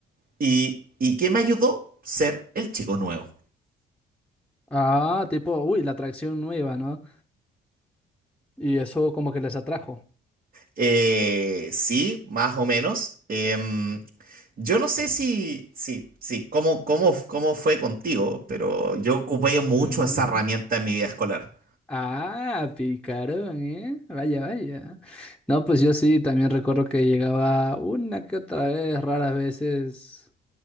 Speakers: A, on the right; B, in the centre.
A: ¿Y, y qué me ayudó? Ser el chico nuevo.
B: Ah, tipo, uy, la atracción nueva, ¿no? Y eso como que les atrajo.
A: Eh, sí, más o menos. Em, yo no sé si, si, si cómo, cómo, cómo fue contigo, pero yo ocupé mucho
B: Mm.
A: esa herramienta en mi vida escolar.
B: Ah, picaron, ¿eh? Vaya, vaya. No, pues yo sí, también recuerdo que llegaba una que otra vez, raras veces,